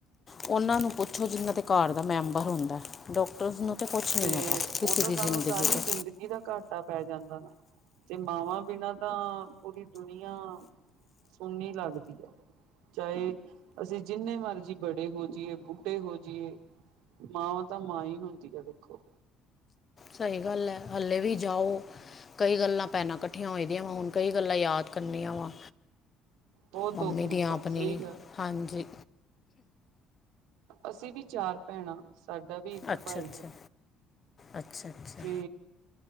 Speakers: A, on the left (about 25°); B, on the right (about 85°).
A: ਉਹਨਾਂ ਨੂੰ ਪੁੱਛੋ ਜਿਨ੍ਹਾਂ ਦੇ ਘਰ ਦਾ ਮੈਂਬਰ ਹੁੰਦਾ। ਡਾਕਟਰਸ ਨੂੰ ਤਾਂ ਕੁਝ ਨਹੀਂ
B: ਫੇਰ,
A: ਹੈਗਾ ਕਿਸੇ
B: ਉਹ ਤਾਂ
A: ਦੀ ਜ਼ਿੰਦਗੀ
B: ਸਾਨੂੰ ਸਾਰੀ
A: ਤੋਂ
B: ਜ਼ਿੰਦਗੀ ਦਾ ਘਾਟਾ ਪੈ ਜਾਂਦਾ ਨਾ। ਤੇ ਮਾਵਾਂ ਬਿਨਾਂ ਤਾਂ ਪੂਰੀ ਦੁਨੀਆਂ ਸੁਨੀ ਲੱਗਦੀ ਹੈ। ਚਾਹੇ ਅਸੀਂ ਜਿੰਨੇ ਮਰਜ਼ੀ ਬੜੇ ਹੋ ਜਾਈਏ ਬੁੱਢੇ ਹੋ ਜਾਈਏ। ਮਾਂਵ ਤਾਂ ਮਾਂ ਹੀ ਹੁੰਦੀ ਆ ਦੇਖੋ।
A: ਸਹੀ ਗੱਲ ਹੈ ਹੱਲੇ ਵੀ ਜਾਓ। ਕਈ ਗੱਲਾਂ ਭੈਣਾਂ ਇਕੱਠੀਆਂ ਹੋ ਦੀਆਂ ਵਾ ਹੁਣ ਕਈ ਗੱਲਾਂ ਯਾਦ ਕਰਨੀਆਂ ਵਾ
B: ਬਹੁਤ
A: ਮੰਮੀ
B: ਦੁੱਖ
A: ਦੀ
B: ਹੁੰਦਾ
A: ਆਪਣੀ
B: ਸਹੀ ਗੱਲ
A: ਹਾਂਜੀ,
B: ਅਸੀਂ ਵੀ ਚਾਰ ਭੈਣਾਂ ਸਾਡਾ ਵੀ ਇੱਕ
A: ਅੱਛਾ
B: ਭਾਈ।
A: ਅੱਛਾ ਅੱਛਾ ਅੱਛਾ
B: ਤੇ